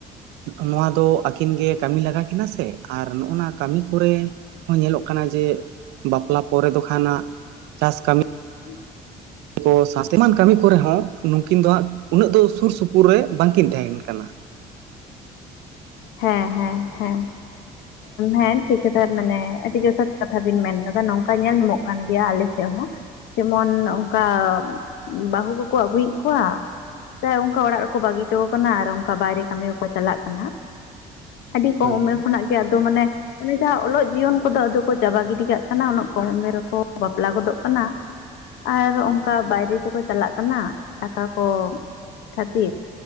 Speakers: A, on the right; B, on the left.
A: ᱱᱚᱣᱟ ᱫᱚ ᱟᱹᱠᱤᱱ ᱜᱮ ᱠᱟᱹᱢᱤ ᱞᱟᱜᱟ ᱠᱤᱱᱟ ᱥᱮ, ᱟᱨ ᱱᱚᱜ-ᱚ ᱱᱟ ᱠᱟᱹᱢᱤ ᱠᱚᱨᱮ ᱦᱚᱸ ᱧᱮᱞᱚᱜ ᱠᱟᱱᱟ ᱡᱮ ᱵᱟᱯᱞᱟ ᱯᱚᱨᱮ ᱫᱚ ᱠᱷᱟᱱ ᱦᱟᱸᱜ ᱪᱟᱥ ᱠᱟᱹᱢᱤ᱾
B: <inaudible>
A: ᱠᱚ ᱥᱟᱥᱛᱮ ᱮᱢᱟᱱ ᱠᱟᱹᱢᱤ ᱠᱚᱨᱮ ᱦᱚᱸ, ᱱᱩᱠᱤᱱ ᱫᱚ ᱦᱟᱸᱜ ᱩᱱᱟᱹᱜ ᱫᱚ ᱥᱩᱨ ᱥᱩᱯᱩᱨ ᱨᱮ ᱵᱟᱝᱠᱤᱱ ᱛᱟᱦᱮᱸᱱ ᱠᱟᱱᱟ᱾
B: ᱦᱮᱸ ᱦᱮᱸ ᱦᱮᱸ᱾ ᱦᱮᱸ ᱴᱷᱤᱠ ᱠᱟᱛᱷᱟ ᱢᱟᱱᱮ ᱟᱹᱰᱤ ᱡᱚᱛᱷᱟᱛ ᱠᱟᱛᱷᱟ ᱵᱤᱱ ᱢᱮᱱ ᱟᱠᱟᱫᱟ ᱱᱚᱝᱠᱟ ᱧᱮᱞ ᱧᱟᱢᱚᱜ ᱠᱟᱱ ᱜᱮᱭᱟ᱾ ᱟᱞᱮ ᱪᱮᱜ ᱦᱚᱸ ᱡᱮᱢᱚᱱ ᱚᱱᱠᱟ ᱵᱟᱹᱦᱩ ᱠᱚᱠᱚ ᱟᱜᱩᱭᱮᱫ ᱠᱚᱣᱟ ᱥᱮ ᱚᱱᱠᱟ ᱚᱲᱟᱜ ᱨᱮᱠᱚ ᱵᱟᱹᱜᱤ ᱦᱚᱴᱚ ᱠᱟᱱᱟ ᱟᱨ ᱚᱱᱠᱟ ᱵᱟᱭᱨᱮ ᱠᱟᱹᱢᱤ ᱠᱚ ᱪᱟᱞᱟᱜ ᱠᱟᱱᱟ, ᱟᱹᱰᱤ ᱠᱚᱢ
A: ᱦᱳᱭ
B: ᱩᱢᱮᱨ
A: ᱦᱳᱭ
B: ᱠᱷᱚᱱᱟᱜ ᱜᱮ ᱟᱫᱚ ᱢᱟᱱᱮ᱾ ᱚᱱᱮ ᱡᱟᱦᱟᱸ ᱚᱞᱚᱜ ᱡᱤᱭᱚᱱ ᱠᱚᱫᱚ ᱟᱫᱚ ᱠᱚ ᱪᱟᱵᱟ ᱜᱤᱰᱤ ᱠᱟᱜ ᱠᱟᱱᱟ, ᱩᱱᱟᱹᱜ ᱠᱚᱢ ᱩᱢᱮᱨ ᱨᱮᱠᱚ ᱵᱟᱯᱞᱟ ᱜᱚᱫᱚᱜ ᱠᱟᱱᱟ᱾ ᱟᱨ ᱚᱱᱠᱟ ᱵᱟᱭᱨᱮ ᱛᱮᱠᱚ ᱪᱟᱞᱟᱜ ᱠᱟᱱᱟ, ᱴᱟᱠᱟ ᱠᱚ ᱠᱷᱟᱹᱛᱤᱨ᱾